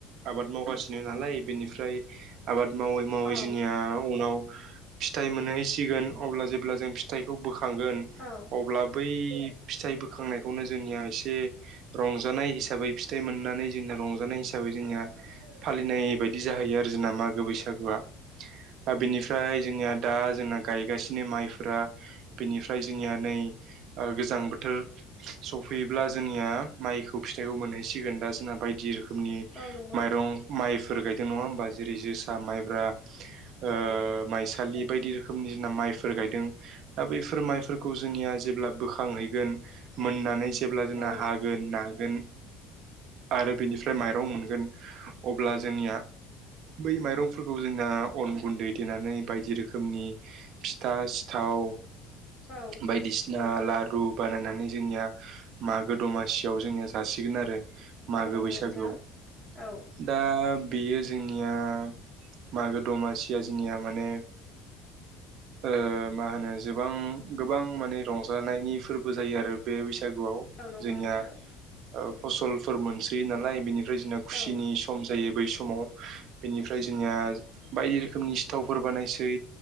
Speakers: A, on the right (about 45°); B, on the left (about 25°).
A: आबाद मावगासिनो नालाय बेनिफ्राय आबाद मावै मावै
B: औ
A: जों ओ उनाव फिथाइ मोनहहैसिगोन अब्ला जेब्ला जों फिथाइखौ बोखांगोन।
B: औ।
A: अब्ला बै फिथाइ बोखांनायखौनो जोंनिया एसे रंजानाय हिसाबै फिथाइ मोननानै जोंना रंजानाय हिसाबै जोंना फालिनाय बायदि जाहैयो आरो जोंना मागो बैसागोआ। दा बेनिफ्राय जोंनिया दा जोंना गायगासिनो माइफोरा बेनिफ्राय जोंनिया नै गोजां ओ बोथोर सफैयोब्ला जोंनिया माइखौ फिथाइखौ मोनहैसिगोन दा जोंना बायदि रोखोमनि
B: औ नंगौ।
A: माइरं माइफोर गायदों नङा होमबा जेरै जोसा माइब्रा। ओ
B: औ
A: माइसालि बायदि रोखोमनि जोंना माइफोर गायदों। दा बैफोर माइफोरखौ जोंनिया जेब्ला बोखांहैगोन मोननानै जेब्ला जोंना
B: औ
A: हा गोन नागोन आरो बिनिफ्राय माइरं मोनगोन अब्ला जोंनिया बै माइरंफोरखौ जों ना अन गुन्दै देनानै बायदि रोखोमनि फिथा सिथाव
B: औ।
A: बायदिसिना लारु बानायनानै जोंनिया मागो दमासियाव जोङो जासिगोन आरो मागो
B: औ नंगौ
A: बैसागोआव
B: नोंथां औ
A: दा बेयो जोंनिया मागो दमा सिया जिनिया माने ओ मा होनो जोबां गोबां माने रंजानायनि फोरबो जायो आरो बे बैसागुआव
B: औ नंगौ
A: जोंनिया
B: नोंथां
A: ओ फसलफोर मोनसै नालाय बिनि ओमफ्राय जोंना खुसिनि
B: औ
A: सम जायो बै समाव बेनिफ्राय जोंनिया बायदि रोखोमनि सिथावफोर बानायसै